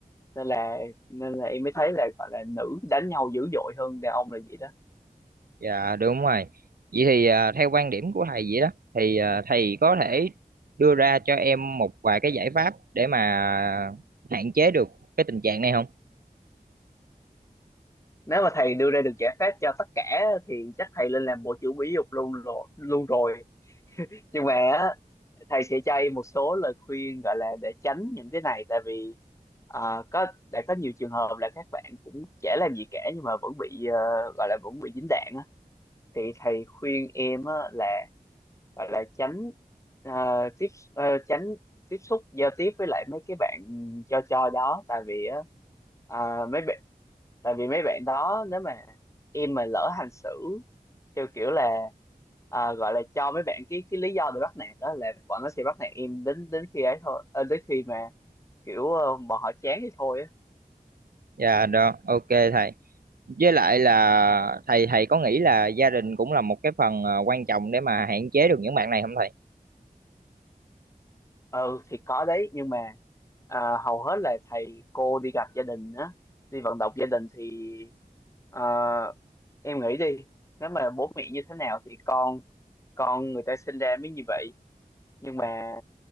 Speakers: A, on the left; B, on the right.
A: nên là nên là em mới thấy là gọi là nữ đánh nhau dữ dội hơn đàn ông là vậy đó
B: dạ đúng rồi vậy thì à, theo quan điểm của thầy vậy đó thì à, thầy có thể đưa ra cho em một vài cái giải pháp để mà hạn chế được cái tình trạng này không
A: nếu mà thầy đưa ra được giải pháp cho tất cả thì chắc thầy lên làm bộ trưởng Mỹ dục luôn rồi luôn rồi nhưng mà á, thầy sẽ cho em một số lời khuyên gọi là để tránh những cái này tại vì ờ, có đã có nhiều trường hợp là các bạn cũng chả làm gì cả nhưng mà vẫn bị ờ, gọi là vẫn bị dính đạn á thì thầy khuyên em á, là gọi là tránh ờ, tiếp ờ, tránh tiếp xúc giao tiếp với lại mấy cái bạn cho cho đó tại vì á ờ, mấy bạn tại vì mấy bạn đó nếu mà em mà lỡ hành xử theo kiểu là ờ, gọi là cho mấy bạn cái cái lý do để bắt nạt đó là bọn nó sẽ bắt nạt em đến đến khi ấy thôi ờ, đến khi mà kiểu ờ, bọn họ chán thì thôi á
B: dạ đó ok thầy với lại là thầy thầy có nghĩ là gia đình cũng là một cái phần à, quan trọng để mà hạn chế được những bạn này không thầy
A: ừ thì có đấy nhưng mà à, hầu hết là thầy cô đi gặp gia đình á đi vận động gia đình thì à, em nghĩ đi nếu mà bố mẹ như thế nào thì con con người ta sinh ra mới như vậy nhưng mà